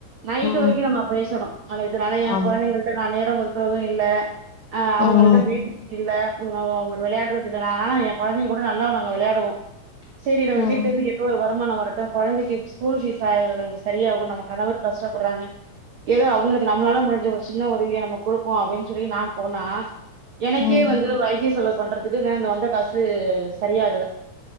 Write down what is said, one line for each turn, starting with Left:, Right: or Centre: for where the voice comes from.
Right: நைட்
Left: ம்
Right: வரைக்கும் நம்ம பேசணு ஆன இதுனால ஏங்கொழந்தைங்கள்ட்ட
Left: ஆமா
Right: நா நேரம் ஒதுக்குறது இல்ல அ
Left: ம்
Right: அவுங்கள்ட்ட பேச றது இல்ல ஒங்க ஒங்களுக்கு வெளையாடுறதுக்கு நால்லனா ஏங் கொழந்தைங்க கூட நல்லா நாங்க வெளையாடுவோ சேரி நம்ம
Left: ம்
Right: வீட்லேர்ந்து எப்ப வரும் வருமானம் வரட்டும் கொழந்தைக்கி ஸ்கூல் ஃபீஸ் ஆயிது நமக்கு சரியாகும் நம்ம கணவர் கஷ்டபட்றாங்க எதோ அவுங்குளுக்கு நம்மளால முடிஞ்ச ஒரு சின்ன உதவிய நம்ம குடு கோ அப்பிடின் சொல்லி நாம்போனா எனக்கே
Left: ம்
Right: வந்து வைத்திய செலவு பண்றத் துக்கு வந்த காசு சரியாகல